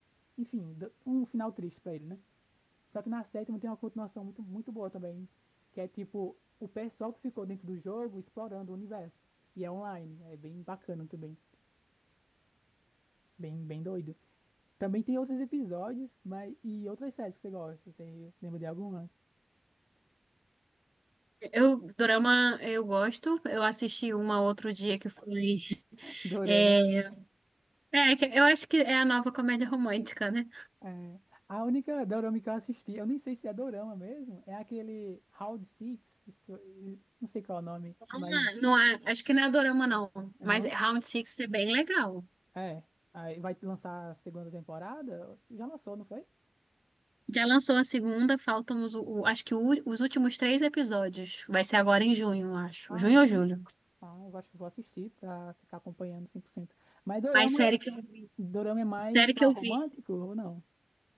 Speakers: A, in the centre; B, on the right.
A: enfim, d- um final triste pra ele, né? Só que na sétima tem uma continuação muito, muito boa também, que é tipo o pessoal que ficou dentro do jogo explorando o universo. E é online, é bem bacana também, bem, bem doido. Também tem outros episódios, mas e outras séries que você gosta, você lembra de alguma?
B: Eu, dorama, eu gosto. Eu assisti uma outro dia que foi.
A: <laughs> Dorama.
B: É, é, que eu acho que é a nova comédia romântica, né?
A: É. A única dorama que eu assisti, eu nem sei se é dorama mesmo, é aquele Round Six, isso que eu- não sei qual é o nome, mas
B: Ah, não, é- acho que não é dorama, não.
A: é
B: Mas
A: não?
B: Round Six é bem legal.
A: É. Aí vai lançar a segunda temporada? Já lançou, não foi?
B: Já lançou a segunda, faltam os, o- acho que o ú- os últimos três episódios. Vai ser agora em junho, acho.
A: Ah,
B: Junho
A: em
B: ou julho.
A: Ah, eu acho que vou assistir pra ficar acompanhando cem por cento Mas dorama,
B: Mas série
A: é,
B: que eu vi.
A: dorama é mais
B: Série
A: pra
B: que eu
A: romântico
B: vi.
A: ou não?